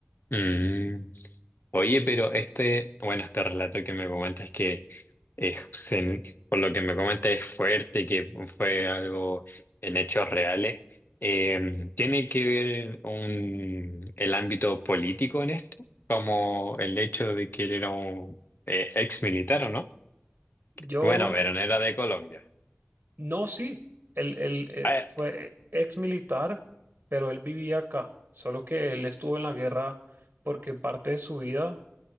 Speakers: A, on the left; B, on the right.
A: Mm. Oye, pero este, bueno, este relato que me comentas que es, se- por lo que me comentas es fuerte, que fue algo en hechos reales. Eh, ¿tiene que ver un, el ámbito político en esto? Como el hecho de que él era un eh, ex militar, ¿o no?
B: Yo,
A: Bueno, pero no era de Colombia.
B: no, sí, él, él, eh,
A: Ah, eh.
B: fue ex militar, pero él vivía acá, solo que él estuvo en la guerra porque parte de su vida